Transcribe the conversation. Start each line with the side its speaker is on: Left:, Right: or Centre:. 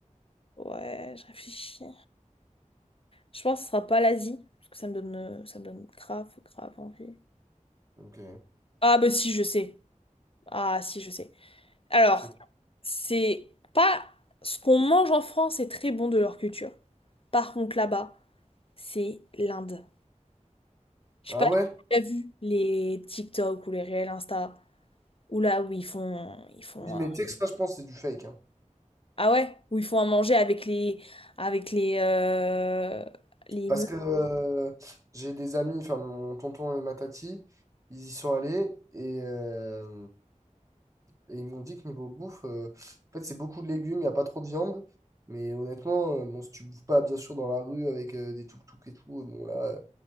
Left: Ouais, je réfléchis. Je pense que ce sera pas l'Asie. Parce que ça me donne, euh, ça me donne grave, grave envie.
Right: Ok.
Left: Ah, bah si, je sais. Ah, si, je sais. Alors,
Right: C'est-
Left: c'est pas. Ce qu'on mange en France est très bon de leur culture. Par contre, là-bas, c'est l'Inde. Je
Right: Ah
Left: sais pas
Right: ouais?
Left: si tu as vu les TikTok ou les réels Insta. Ou là où ils font, ils font,
Right: Oui,
Left: euh,
Right: mais tu sais que ça, je pense, c'est du fake, hein.
Left: ah ouais, où ils font à manger avec les, avec les, euh, les.
Right: Parce que euh, j'ai des amis, enfin mon tonton et ma tati, ils y sont allés et, euh, et ils m'ont dit que niveau bouffe, euh, en fait c'est beaucoup de légumes, il n'y a pas trop de viande. Mais honnêtement, euh, bon, si tu bouffes pas bien sûr dans la rue avec euh, des tuk-tuk et tout, euh, bon là, euh,